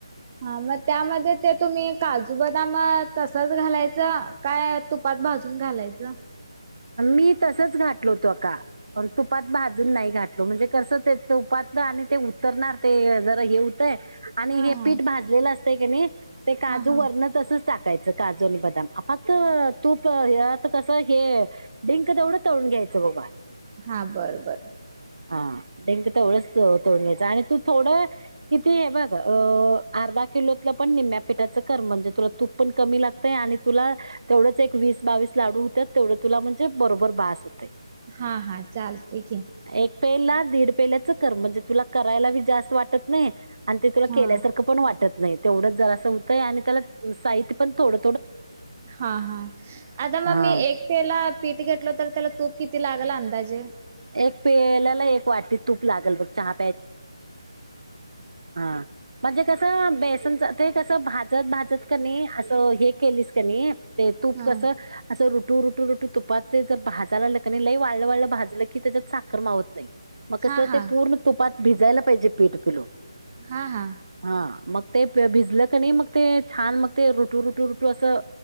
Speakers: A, on the right; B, on the right.
A: हा मग त्यामध्ये ते तुम्ही काजू बदाम तसच घालायचं काय तुपात भाजू न घालायच
B: मी तसच घातलो तो का तुपात भाजून नाही घातलो म्हणजे कसं ते तुपात आणि ते उतरणार ते जरा हे आणि
A: हा
B: हे
A: हा
B: पीठ भाजलेलं असत की नाही ते काजू
A: हा हा
B: वरण तसच टाकायचं काजू आणि बदाम फक्त तूप ह्यात आता कसं हे डिंक तेवढं तळून घ्यायचं बघ बाळ.
A: हा बरं बर.
B: हा डिंक तेवढंच त तळून घ्यायचं आणि तू थोडं किती हे बघ अ आ र्धा किलोतलं पण निम्म्या पिठाचं कर म्हणजे तुला तूप पण कमी लागतय आणि तुला तेवढच एक वीस बावी बावीस लाडू हुत्यात, तेवढ तुला म्हणजे बरोबर बास होतयं‌.
A: हा हा चालतयं की.
B: एक पेला दीड पेल्याच कर म्हणजे तुला करायला बी जास्त वाटत नाही आणि ते तुला
A: हा
B: केल्यासारखं पण वाटत नाही तेवढंच जरासं होतंय आणि त्याला साहित्य पण थोड
A: हा हा आता मग
B: हा
A: मी एक पेला पीट घेतलं तर त्याला तूप किती लागल अंदाजे?
B: एक पेल्याला एक वाटी तूप लागल बघ चहा हा म्हणजे कसं बे ते कसं भाजत भाजत कनई असं हे केलीस क नाही ते तूप
A: हा
B: कसं असं रू रोटू रोटू तुपाातचे जर भाजयला लागल क नाई लई वाळं वाळं भाजलं की त्याच्यात साखर मावत नाही. मग कस
A: हा हा
B: ते पूर्ण तुपात भिजायला पाहिजे पीठ पिल्लू
A: हा हा
B: हा मग ते प भिजलं क नाही मग ते छान मग ते रुटू रुटू रुटू असं